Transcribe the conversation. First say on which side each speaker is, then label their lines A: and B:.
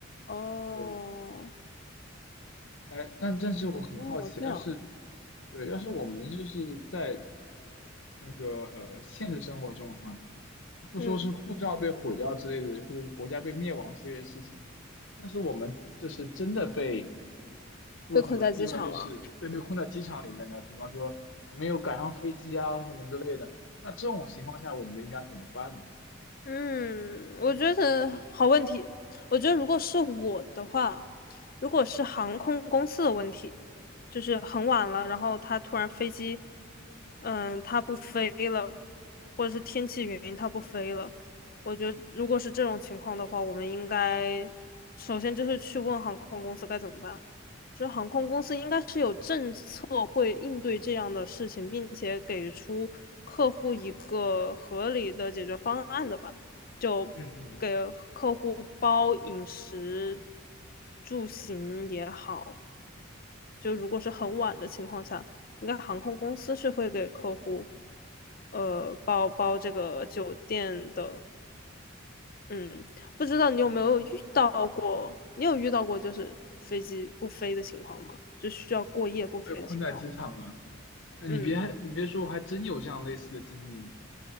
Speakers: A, on the left; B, on the left.
A: 哦，
B: 就哎，但但是我很好奇，
A: 哦，这样，
B: 要是对，要是我们就是在那个呃现实生活中哈，就不说是护照被毁掉之类的，
A: 嗯，
B: 或者是国家被灭亡之类的事情，要是我们就是真的被说什么意外，
A: 被困在机场了。
B: 就是对，被困在机场里面的，比方说没有赶上飞机啊什么之类的，那这种情况下我们应该怎么办呢？
A: 嗯，我觉得好问题。我觉得如果是我的话，如果是航空公司的问题，就是很晚了，然后他突然飞机，嗯，他不飞了，或者是天气原因他不飞了，我觉得如果是这种情况的话，我们应该首先就是去问航空公司该怎么办。就是航空公司应该是有政策会应对这样的事情，并且给出客户一个合理的解决方案的吧。就
B: 嗯嗯，
A: 给客户包饮食、住行也好，就如果是很晚的情况下，应该航空公司是会给客户呃包包这个酒店的。嗯，不知道你有没有遇到过？你有遇到过就是飞机不飞的情况吗？就需要过夜不飞的情况吗？
B: 被困在机场啊，那你别你别说，
A: 嗯
B: 我还真有这样类似的经历呢。